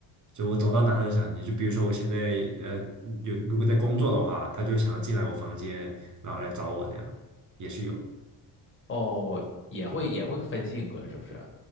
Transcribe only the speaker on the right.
就我走到哪它都想黏。就比如说我现在呃有如果在工作的话，它就想要进来我房间，然后来找我，这样也是有。